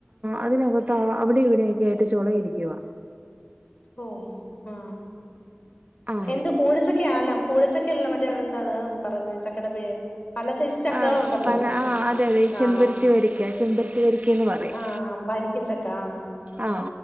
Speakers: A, on the right; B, on the left.
A: അതിനകത്ത് അവിടെ ഇവിടെക്കെയായിട്ട് ചൊളയിരിക്കും ഇവ
B: ഓ ആ
A: ആഹ്
B: എന്ത് കൂടച്ചക്ക ക്കാല്ലാം കൂടച്ചക്കെല്ല മറ്റേ എന്താണ് പറയന്ന് ചക്കയുടെ പേര് പല സൈസ് ചക്കകളുണ്ടല്ലോ
A: ആ പല ആ അതെ അതെ
B: ആഹ്
A: ചെമ്പരത്തി വരിക്ക ചെമ്പരത്തി വരിക്കന്ന് പറയും
B: ആഹ് വരിക്കച്ചക്ക ആ
A: ആ